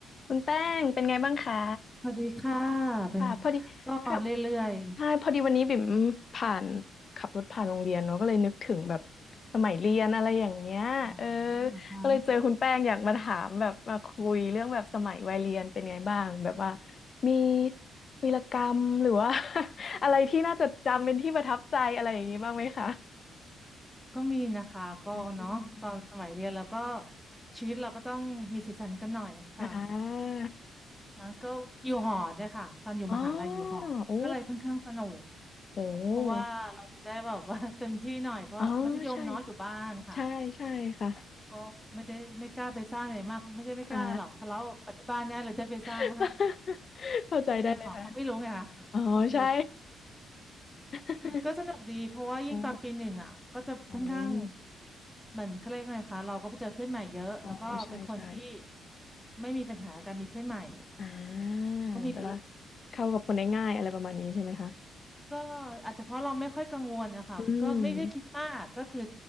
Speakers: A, on the left (about 45°); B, in the centre.
A: คุณแป้งเป็นไงบ้างคะ
B: สวัสดีค่ะเป็น
A: ค่ะพอดีค่ะ
B: ก็เรื่อย
A: ใช่พอดีวันนี้บิ่มผ่านขับรถผ่านโรงเรียนเนาะก็เลยนึกถึงแบบสมัยเรียนอะไรอย่างเงี้ยเออ
B: ๆอ๋อนะคะ
A: ก็เลยเจอคุณแป้งอยากมาถามแบบมาคุยเรื่องแบบสมัยวัยเรียนเป็นไงบ้างแบบว่ามีวีรกรรมหรือว่า <laughs> อะไรที่น่าจดจำเป็นที่ประทับใจอะไรอย่างงี้บ้างไหมคะ
B: ก็มีนะคะก็เนาะตอนสมัยเรียนแล้วก็
A: อืม
B: ชีวิตเราก็ต้องมีสีสันกันหน่อยค่ะ
A: อ่า
B: นะก็อยู่หอเนี่ยค่ะตอนอยู่มหาลัยอยู่หอก็เลยค่อนข้างสนุก
A: อ๋อโอ้โห
B: เพราะว่าเราจะได้แบบว่า <laughs> เต็มที่หน่อยเพราะมัธยมเนาะอยู่บ้านค่ะ
A: อ๋อใช่ใช่ใช่ค่ะ
B: ก็ไม่ได้ไม่กล้าไปซ่าอะไรมากไม่ใช่ไม่กล้าอะไรหรอกทะเลาะกับที่บ้านแน่เลยถ้าไปซ่ามาก
A: อ่า <laughs> เข้าใจได้เลยค่ะ
B: แต่อยู่หอเขาไม่รู้ไงค่ะเขาไม่รู้
A: อ๋อใช่ <laughs>
B: ก็สนุกดีเพราะว่ายิ่งตอนปีหนึ่งอ่ะก็จะค่อนข้าง
A: อ่าของ
B: เหมือนเขาเรียกไงคะเราก็ไปเจอเพื่อนใหม่เยอะแล้วก็เป็นคนที่
A: อ๋อใช่ใช่
B: ไม่มีปัญหาการมีเพื่อนใหม่
A: อ่า
B: ก็มีไปเรื่อย
A: แปลว่าเข้ากับคนได้ง่ายอะไรประมาณนี้ใช่ไหมคะ
B: ก็อาจจะเพราะเราไม่ค่อยกังวลนะคะก็ไม่ได้คิดมากก็คือ
A: อืม